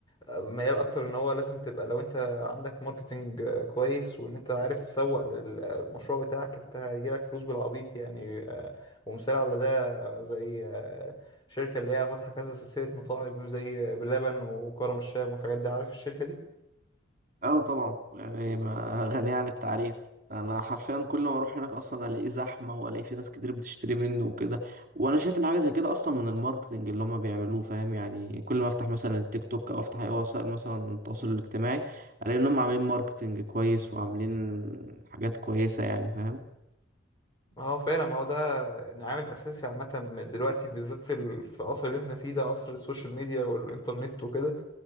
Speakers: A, on the left (about 20°); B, on the right (about 45°).
A: ميال اكتر ان هو لازم تبقى لو انت عندك ماركتنج آه، كويس وان انت عارف تسوق للمشروع بتاعك انت هيجيلك فلوس بالعبيط يعني آه، ومثال على ده آه، زي آه، شركة اللي هي فاتحة كذا سلسلة مطاعم زي بلبن وكرم الشام والحاجات دي عارف الشركة دي؟
B: اه طبعا يعني ما غنية عن التعريف انا حرفيا كل ما اروح هناك اصلا الاقيه زحمه والاقي في ناس كتير بتشتري منه وكده وانا شايف ان حاجه زي كده اصلا من الماركتنج اللي هم بيعملوه فاهم يعني كل ما افتح مثلا التيك توك او افتح اي وسائل مثلا التواصل الاجتماعي الاقي ان هم عاملين ماركتنج كويس وعاملين حاجات كويسه يعني فاهم
A: اه فعلا ما هو ده يعني عامل اساسي عامة دلوقتي بالذات في ال- في العصر اللي احنا فيه ده عصر السوشيال ميديا والانترنت وكده